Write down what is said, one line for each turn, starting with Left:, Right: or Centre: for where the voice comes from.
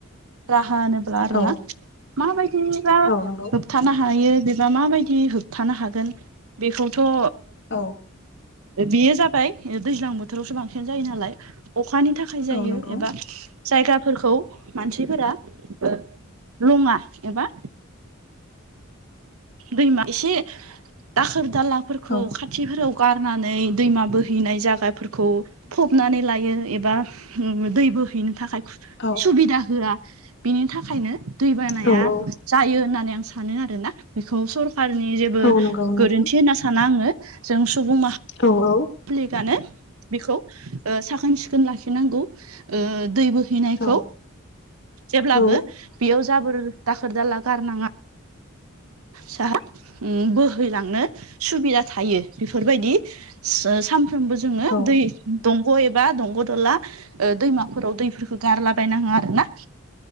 Right: राहा होनो
Left: औ
Right: <unintelligible> माबादि रा
Left: औ नंगौ
Right: होबथानो हायो बेबा माबायदि होबथानो हागोन बेखौथ' ओ
Left: औ
Right: बेयो जाबाय दैज्लां बोथोरावसो बांसिन जायो नालाय अखानि थाखाय जायो
Left: औ नंगौ
Right: एबा जायगाफोरखौ मानसिफोरा ओ लङा एबा दैमा एसे दाखोर दालाफोरखौ
Left: औ
Right: खा थिफोराव गारनानै दैमा बोहैनाय जागाफोरखौ फबनानै लायो एबा दै बोहैनो थाखाय
Left: औ
Right: सुबिदा होआ बिनि थाखायनो दैबानाया
Left: औ
Right: जायो होननानै आं सानो आरो आरो ना बेखौ सरखारारनि जेबो
Left: औ नंगौ नोंथां
Right: गोरोन्थि होनना साना आङो जों सुबुं मा
Left: औ औ
Right: प्लिकनो बेखौ ओ साखोन सिखोन लाखिनांगौ ओ दैबो हैनायखौ
Left: औ
Right: जेब्लाबो
Left: औ
Right: बेयाव जाबोर दाखोर दाला गारनाङा सा बोहैलांनो सुबिदा थायो बेफोरबायदि सानफ्रोमबो जोङो
Left: औ
Right: दै दंग' एबा दंग' दला ओ दैमाफोराव दैफोरखौ गारलाबायनाङा आरो ना